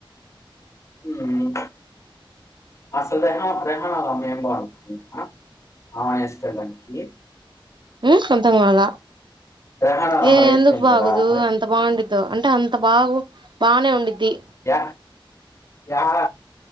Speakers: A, on the left; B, on the right.
A: ఉమ్ అసలు రహ రహణాల మేబారం అయినా ఆమేసుకోడానికి
B: ఉ సొంతంగాన
A: రెహాన్ వాళ్ళ అమ్మ
B: ఏ
A: లేచిపోయింది
B: ఎందుకు బాగోదు
A: కదా అదే
B: ఎంత బాగుండిద్దో అంటే అంత బాగు బానే ఉండిద్ది
A: య యాడ